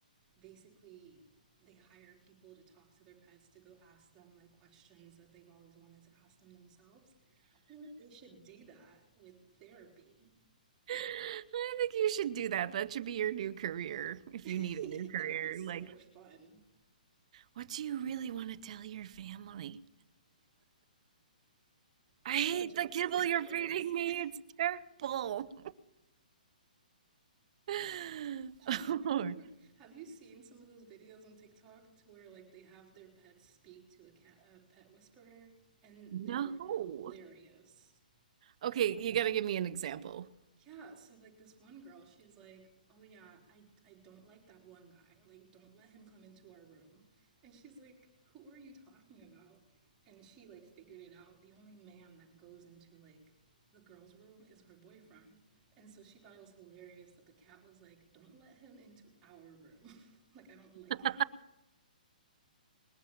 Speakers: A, on the right; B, on the right.
A: basically they hire people to talk to their pets to go ask them like questions that they've always wanted to ask them themselves. I feel like they should do that with therapy.
B: I think you should do that. That should be your new career if
A: <laughs>
B: you need a new career.
A: That would be so
B: Like,
A: much fun.
B: what do you really want to tell your family? I
A: A bunch
B: hate
A: of
B: the
A: explicit
B: kibble you're
A: words.
B: feeding me. It's terrible. <laughs>
A: Change my
B: Or,
A: food. Have you seen some of those videos on TikTok to where like they have their pets speak to a cat, a pet whisperer, and
B: no.
A: they're hilarious.
B: Okay, you got to give me an example.
A: Yeah, so like this one girl, she's like, "Oh yeah, I I don't like that one guy. Like don't let him come into our room." And she's like, "Who are you talking about?" And she like figured it out. The only man that goes into like the girl's room is her boyfriend. And so she thought it was hilarious that the cat was like, "Don't let him into our room. <laughs> like I don't like
B: <laughs>
A: him."
B: <laughs>